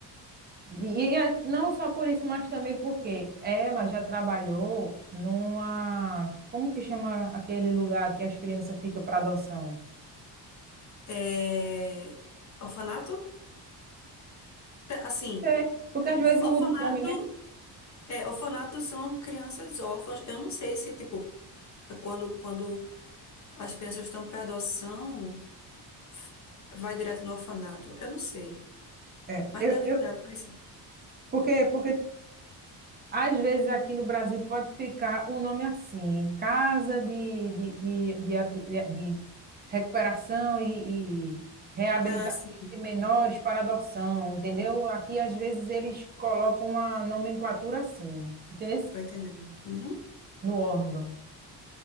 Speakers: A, on the right (about 25°); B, on the left (about 40°).
A: E é não só por isso, mas também porque ela já trabalhou numa. Como que chama aquele lugar que as crianças ficam para adoção?
B: É, orfanato? É, Assim,
A: É, porque às vezes
B: orfanato
A: muda o nome, né?
B: É, orfanatos são crianças órfãs. Eu não sei se, tipo, quando, quando as crianças estão para adoção, f- vai direto no orfanato. Eu não sei.
A: É,
B: Mas
A: eu,
B: deve
A: eu,
B: ter algo parecido.
A: porque, porque às vezes aqui no Brasil pode ficar o nome assim, Casa de, de, de, de, de- de Recuperação e, e Reabilitação
B: Ah, sim,
A: de Menores para Adoção, entendeu? Aqui às vezes eles colocam uma nomenclatura assim, entendeu?
B: tô entendendo. Uhum,
A: no órgão.